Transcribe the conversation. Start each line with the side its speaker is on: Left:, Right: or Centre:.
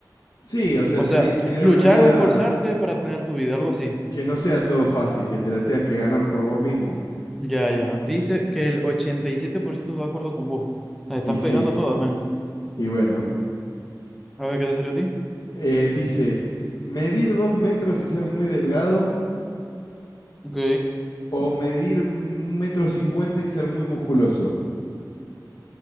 Left: Sí, o sea,
Centre: O
Left: sería
Centre: sea,
Left: tener una
Centre: luchar
Left: vida
Centre: o esforzarte para tener tu vida, algo así.
Left: que no sea todo fácil, que te la tengas que ganar por vos mismo.
Centre: Ya, ya. Dice que el 87% está de acuerdo con vos. Las estás
Left: Y sí,
Centre: pegando todas, ven.
Left: y bueno.
Centre: A ver, ¿qué te salió a ti?
Left: Eh, dice, medir dos metros y ser muy delgado
Centre: Ok.
Left: o medir un metro cincuenta y ser muy musculoso.